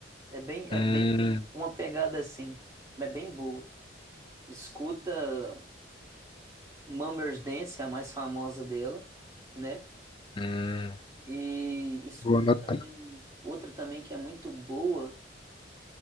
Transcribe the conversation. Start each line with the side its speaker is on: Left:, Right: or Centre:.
Right: É bem, é
Left: Hum,
Right: bem uma pegada assim, mas é bem boa. Escuta Mummer's Dance, a mais famosa dela, né?
Left: hum,
Right: E escuta
Left: vou anotar.
Right: também outra também que é muito boa,